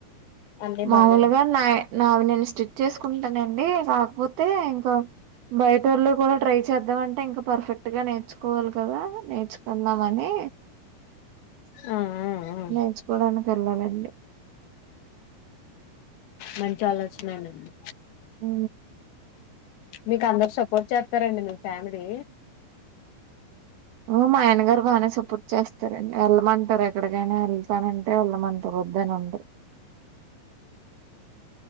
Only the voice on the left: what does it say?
అన్నీ
బానే ఉంటాయి
ఆ ఆ ఆ
మంచి ఆలోచనేనండి
మీకు అందరు సపోర్ట్ చేస్తారండి మీ ఫ్యామిలీ